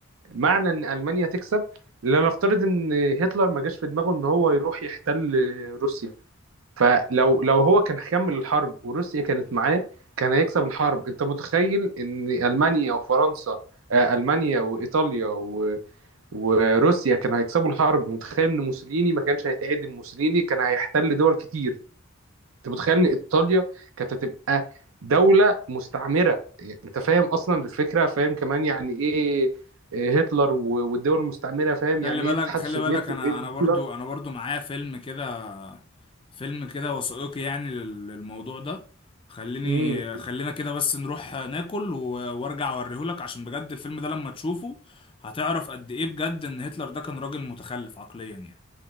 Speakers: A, on the right; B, on the left.
A: معنى ان المانيا تكسب لنفترض ان هتلر ما جاش في دماغه ان هو يروح يحتل روسيا فلو لو هو كان هيكمل الحرب وروسيا كانت معاه كان هيكسب الحرب انت متخيل ان المانيا وفرنسا آه، المانيا وايطاليا و... وروسيا كانوا هيكسبوا الحرب متخيل ان موسوليني ما كانش هيتعدم موسوليني كان هيحتل دول كتير انت متخيل ان ايطاليا كانت هتبقى دولة مستعمرة يعني انت فاهم اصلا الفكرة فاهم كمان يعني ايه إيه هتلر و- والدول المستعمرة فاهم يعني
B: خلي بالك
A: ايه الاتحاد
B: خلي
A: السوفيتي
B: بالك انا
A: ايه هتلر
B: انا برضو انا برضو معايا فيلم كده فيلم كده وثائقي يعني لل- للموضوع ده خليني
A: امم
B: خلينا كده بس نروح ناكل و- وارجع اوريهولك عشان بجد الفيلم ده لما تشوفه هتعرف قد ايه بجد ان هتلر ده كان راجل متخلف عقليا يعني